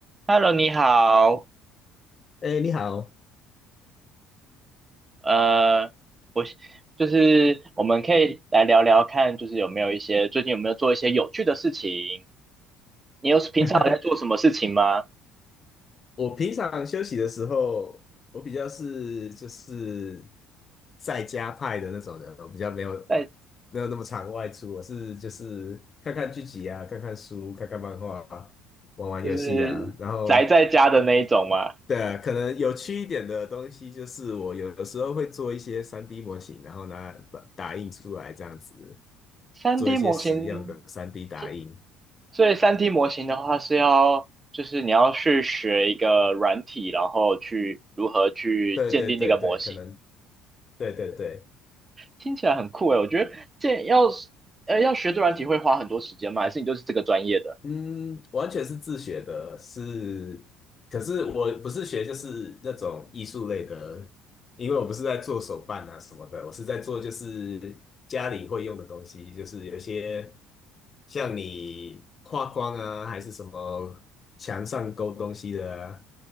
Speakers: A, on the right; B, on the left.
A: Hello，你好，
B: 哎，你好，
A: 呃，我就是我们可以来聊聊看，就是有没有一些最近有没有做一些有趣的事情？你有平常有在做什么事情吗？
B: <laughs> 我平常休息的时候，我比较是就是在家派的那种人，我比较没有没有那么常外出，
A: 在
B: 我是就是看看剧集啊，看看书，看看漫画啊，玩玩游戏啊，
A: 就是宅在家的那一种吗
B: 然后对啊，可能有趣一点的东西就是我有的时候会做一些三 d 模型，然后拿打打印出来这样子，
A: 三
B: 做一些实用的三
A: d 模型，
B: d 打印。
A: 其所以三 d 模型的话是要就是你要去学一个软体，然后去如何去建立那个模型，
B: 对对对对，可能对对对。
A: 听起来很酷诶，我觉得这要呃要学这软体会花很多时间吗？还是你就是这个专业的？
B: 嗯，完全是自学的，是，可是我不是学就是那种艺术类的，因为我不是在做手办啊什么的，我是在做就是家里会用的东西，就是有一些像你画框啊，还是什么墙上勾东西的啊，